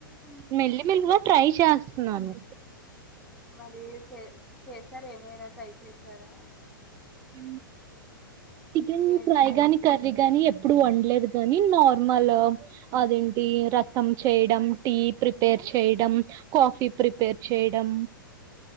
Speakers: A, in the centre; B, on the right (about 30°).
A: ఉమ్,
B: మెల్లి మెల్లిగా ట్రై చేస్తున్నాను
A: మరి చే చేస్తార ఏమైనా ట్రై చేస్తారా
B: ఇ చికెన్
A: ఏం
B: ఫ్రై
A: చేస
B: గానీ కర్రీ గానీ ఇప్పుడు వండలేదు గాని నా ర్మల్ అదేం రసం చేయడం టీ ప్రిపేర్ చేయడం కాఫీ ప్రిపేర్ చేయడం